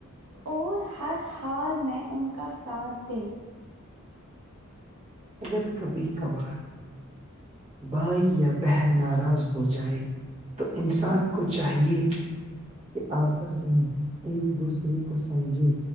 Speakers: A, on the right; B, on the right.
A: اور ہر حال میں ان کا ساتھ دے
B: اگر کبھی کبھار بھائی یا بہن ناراض ہو جائے تو انسان کو چاہیے کہ آپس میں ایک دوسرے کو سمجھے